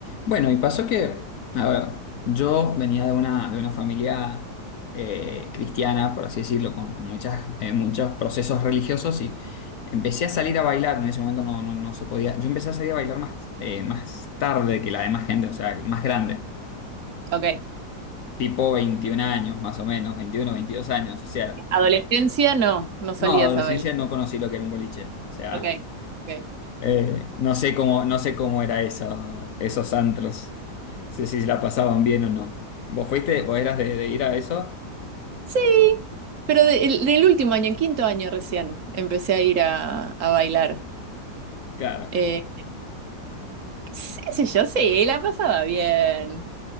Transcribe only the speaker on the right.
Ok.
Adolescencia, no, no salías
a bailar.
Ok. ok.
Sí, pero de- el- del último año, en quinto año recién, empecé a ir a, a bailar.
Eh, sí, sí, yo sí, la pasaba bien.